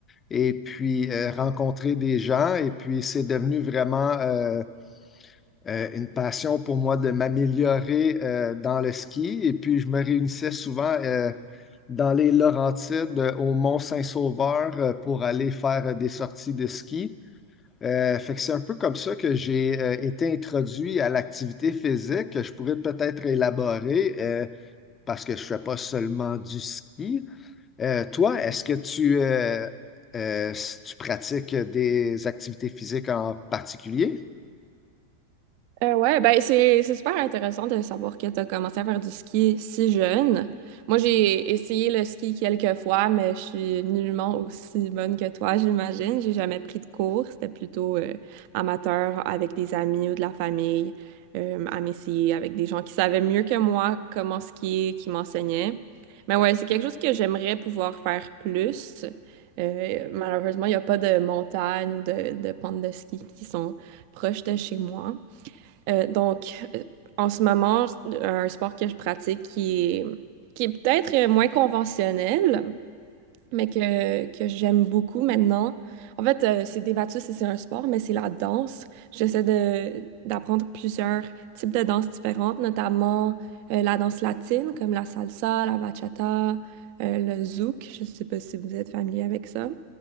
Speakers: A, on the left; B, on the right.
A: et puis euh, rencontrer des gens. Et puis, c'est devenu vraiment euh, euh, une passion pour moi de m'améliorer euh, dans le ski. Et puis, je me réunissais souvent euh, dans les Laurentides, euh, au Mont-Saint-Sauveur, euh, pour aller faire euh, des sorties de ski. Euh, fait que c'est un peu comme ça que j'ai euh, été introduit à l'activité physique, que je pourrais peut-être élaborer euh, parce que je ne fais pas seulement du ski. Euh, toi, est-ce que tu, euh, euh, tu pratiques des activités physiques en particulier?
B: Euh, ouais, ben c'est c'est super intéressant de savoir que tu as commencé à faire du ski si jeune. Moi, j'ai essayé le ski quelques fois, mais je suis nullement aussi bonne que toi, j'imagine. J'ai jamais pris de cours. C'était plutôt euh, amateur avec des amis ou de la famille, euh, à m'essayer avec des gens qui savaient mieux que moi comment skier, qui m'enseignaient. Mais ouais, c'est quelque chose que j'aimerais pouvoir faire plus. Euh, malheureusement, il n'y a pas de montagne ou de, de pentes de ski qui sont proches de chez moi. Euh, donc, euh, en ce moment, euh, un sport que je pratique qui est, qui est peut-être euh, moins conventionnel, mais que, que j'aime beaucoup maintenant. En fait, euh, c'est débattu si c'est un sport, mais c'est la danse. J'essaie de, d'apprendre plusieurs types de danses différentes, notamment euh, la danse latine, comme la salsa, la bachata, euh, le zouk. Je ne sais pas si vous êtes familier avec ça